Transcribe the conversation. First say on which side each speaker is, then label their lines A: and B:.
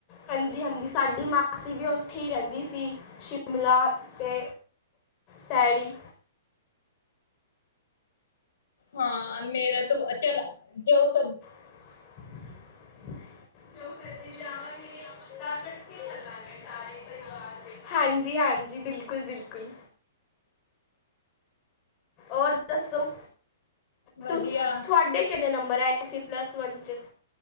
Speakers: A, on the left (about 35°); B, on the left (about 65°).
A: ਹਾਂਜੀ-ਹਾਂਜੀ। ਸਾਡੀ ਮਾਸੀ ਵੀ ਉੱਥੇ ਹੀ ਰਹਿੰਦੀ ਸੀ। ਸ਼ਿਮਲਾ ਅਤੇ ਸੈਰੀ।
B: ਹਾਂ ਮੇਰਾ ਤੋਂ ਚੱਲ ਜੋ ਕ
A: <unintelligible> ਜੋ ਕਦੀ ਜਾਵਾਂਗੇ ਤਾਂ ਇਕੱਠੇ ਚੱਲਾਂਗੇ ਸਾਰੇ ਪਰਿਵਾਰ ਹਾਂਜੀ। ਜੀ ਹਾਂਜੀ ਬਿਲਕੁਲ-ਬਿਲਕੁਲ। ਔਰ ਦੱਸੋ?
B: ਵਧੀਆ।
A: ਤੁਸ ਤੁਹਾਡੇ ਕਿੰਨੇ ਨੰਬਰ ਆਏ ਸੀ ਪਲੱਸ ਚ